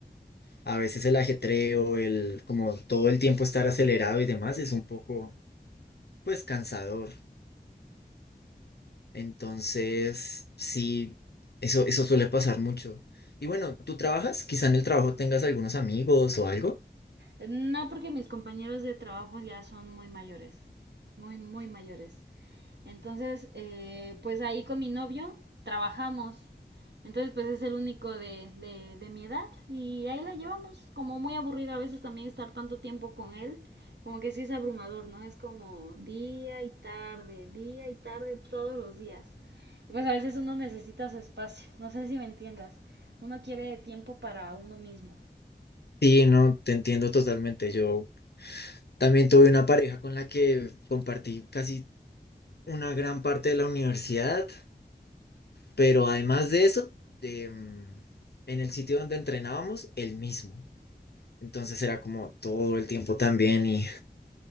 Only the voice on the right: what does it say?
No, porque mis compañeros de trabajo ya son muy mayores, muy, muy mayores. Entonces, eh, pues ahí con mi novio trabajamos. Entonces, pues es el único de, de, de mi edad y ahí la llevamos. Como muy aburrido a veces también estar tanto tiempo con él, como que sí es abrumador, ¿no? Es como día y tarde, día y tarde todos los días. Y pues a veces uno necesita su espacio, no sé si me entiendas. Uno quiere tiempo para uno mismo.